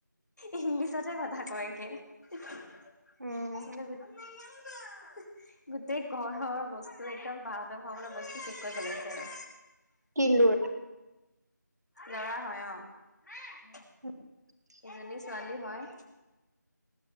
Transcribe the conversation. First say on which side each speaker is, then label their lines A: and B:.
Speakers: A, on the left; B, on the right.
A: ইংলিছতে কথা কয় একে। এনে
B: উম,
A: <unintelligible> গোটেই ঘৰৰ বস্তু একদম বাঁহতৰ ঘৰৰ বস্তু শেষ কৰি পেলাইছে আৰু।
B: কিনলো।
A: লৰা হয় অ।
B: <inaudible>
A: এজনী ছোৱালী হয়।